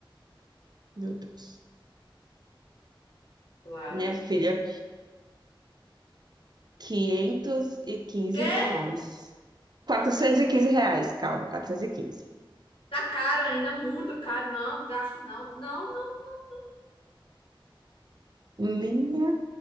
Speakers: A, on the right; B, on the left.
A: Meu Deus.
B: Clara.
A: Minha filha, 515
B: Quê?
A: reais. quatrocentos e quinze reais, calma, quatrocentos e quinze
B: Tá caro ainda, muito caro. Não, não gasto não. Não, não,
A: Minha.